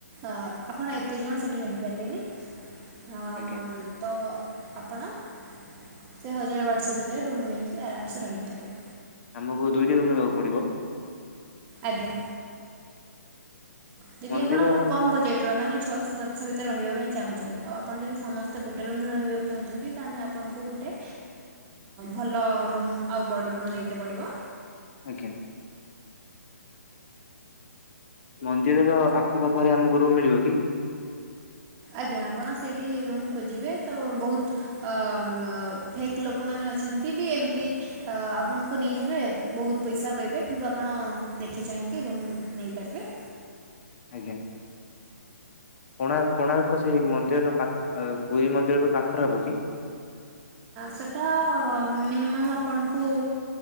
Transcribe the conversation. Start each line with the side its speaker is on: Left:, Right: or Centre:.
Right: ଆପଣ ଏତେ ଜଣ ସେଠି ରହିପାରିବେନି ହ
Left: ଆଜ୍ଞା
Right: ତ ଆପଣ ସେ ହଜାର ବାରଶ ଭିତରେ ରୁମ୍ ନେଇକି ଆରାମସେ ରହିପାରିବେ।
Left: ଆମକୁ ଦୁଇଟି ରୁମ୍ ନେବାକୁ ପଡିବ।
Right: ଆଜ୍ଞା ଯଦି
Left: ମନ୍ଦିର
Right: ଆପଣ କମ ବଜେଟ ମାନେଛଅଶହ ସାତଶହ ଭିତରେ ରହିବା ପାଇଁ ଚାହୁଁଛନ୍ତି ଆଉ ଆପଣ ଯଦି ସମସ୍ତେ ଗୋଟେ ରୁ୍ରେ ରହିବାକୁ ଚାହୁଁଛନ୍ତି ତାହେଲେଣ। ଆପଣଙ୍କୁ ଗୋଟେ ଭଲ ରୁମ୍ ଆଉ ବଡ଼ ରୁମ୍ ନେଇତେ ପଡ଼ିବ।
Left: ଆଜ୍ଞା ମନ୍ଦିରର ଆଖପାଖରେ ଆମକୁ ରୁମ୍ ମିଳିବ କି?
Right: ଆଜ୍ଞା ଆପଣ ସେଇଠି ରୁମ୍ ଖୋଜିବେ ତ ବହୁତ। ଅ ଫେକ୍ ଲୋକମାନେ ଅଛନ୍ତି ବି ଏମିତି ଆପଣଙ୍କୁ ନେଇଯିବେ। ବହୁତ ପଇସା କହିବେ କିନ୍ତୁ ଆପଣ ଦେଖି ଚାହିଁକି ରୁମ୍ ନେଇପାରିବେ।
Left: ଆଜ୍ଞା। କୋଣାର୍ କୋଣାର୍କ ସେଇ ମନ୍ଦିରର ପାଖ ପୁରୀ ମନ୍ଦିରରୁ ପାଖର ହବ କି?
Right: ସେଇଟା ମିନିମମ୍ ଆପଣଙ୍କୁ।